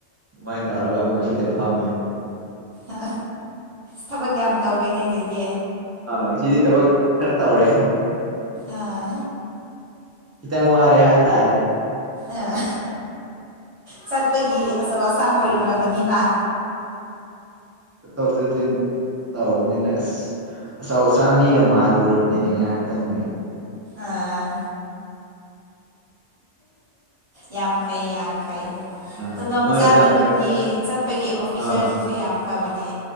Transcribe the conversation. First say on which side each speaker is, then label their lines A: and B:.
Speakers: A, on the right; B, on the right.
A: ꯑꯗꯨꯃꯥꯏꯅ ꯇꯧꯔꯒ ꯑꯃꯨꯛ ꯁꯤꯗ ꯐꯝꯃꯦ
B: ꯑ ꯊꯕꯛ ꯌꯥꯝ ꯇꯧꯔꯦꯅꯦ ꯑꯗꯨꯗꯤ
A: ꯑ ꯁꯤꯗꯤ ꯊꯕꯛ ꯈꯔ ꯇꯧꯔꯦ
B: ꯑꯥ
A: ꯈꯤꯇꯪ ꯋꯥꯔꯦ ꯍꯥꯏꯕ ꯇꯥꯔꯦ
B: ꯑꯥ ꯆꯠꯄꯒꯤ ꯑꯆꯧ ꯑꯁꯥꯡ ꯑꯣꯏꯔꯨꯔꯕꯅꯤꯅ
A: ꯎꯝ ꯇꯧꯁꯤꯖ ꯇꯧꯕꯅꯤꯅ ꯑꯁ ꯑꯆꯧ ꯑꯆꯥꯡ ꯃꯤꯒ ꯃꯥꯜꯂꯨꯔꯕꯅꯤꯅꯦ ꯉꯥꯏꯍꯥꯛꯇꯪꯗꯤ
B: ꯑꯥ ꯌꯥꯝ ꯐꯩ ꯌꯥꯝ ꯐꯩ
A: ꯑꯥ
B: ꯇꯂꯣꯞ
A: ꯅꯣꯏꯗ
B: ꯆꯥꯗꯕꯒꯤ
A: ꯀꯩ
B: ꯆꯠꯄꯒꯤ ꯑꯣꯐꯤꯁꯥꯔꯁꯤꯁꯨ
A: ꯑꯥ
B: ꯌꯥꯝ ꯐꯕꯅꯦ